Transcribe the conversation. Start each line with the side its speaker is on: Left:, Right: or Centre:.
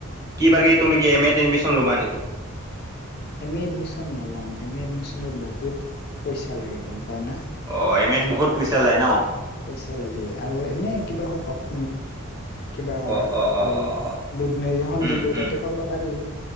Right: কি বাৰ গে তুমি কি এ মেত এডমিশন ল'বা নেকি।
Left: এম এ এডমিশ্যন নলওঁ এম এ এডমিশ্যনত বহুত, পইচা লাগে গম পোৱা না
Right: অ', এম এত বহুত পইচা যায় ন'?
Left: পইচা লাগে আৰু এনে কিবা হতপ কিবা
Right: অ অ অ
Left: এ,
Right: অ অ
Left: দুধনৈ সন্দিকৈ
Right: উম উম
Left: তাতে পৰবা পাৰি।